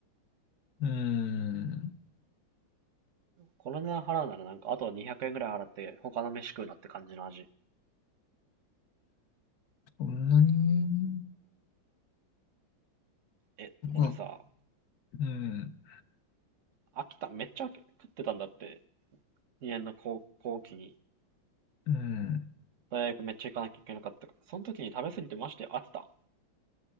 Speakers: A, on the left (about 60°); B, on the right (about 55°).
A: うーん。
B: この値段払うならなんか、あと200円ぐらい払って、他の飯食うなって感じの味。
A: そんなに、
B: え、俺さ、
A: まあ、うん、
B: 秋ためっちゃ飽き食ってたんだって、2年の高校期に。
A: うん、
B: 大学めっちゃ行かなきゃいけなかったから。その時に食べ過ぎてマジで飽きた。